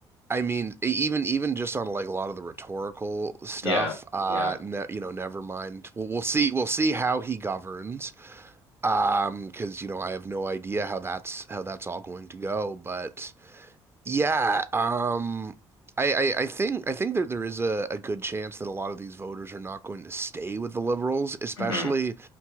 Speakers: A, on the right (about 20°); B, on the left (about 85°).
A: I mean, e- even even just on like a lot of the rhetorical stuff.
B: Yeah,
A: Uh,
B: yeah,
A: ne you know, never mind. We'll, we'll see. We'll see how he governs. Um, because you know, I have no idea how that's how that's all going to go. But yeah, um, I, I, I think I think that there is a, a good chance that a lot of these voters are not going to stay with the Liberals, especially
B: hmm